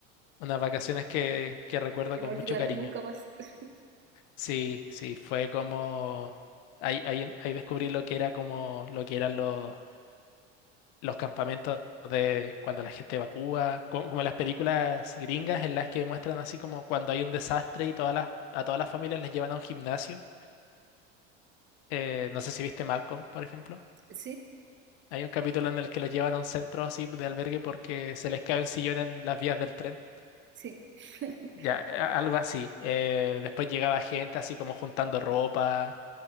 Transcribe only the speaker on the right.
que no
olvidarás
nunca más. <laughs>
Sí,
sí. <laughs>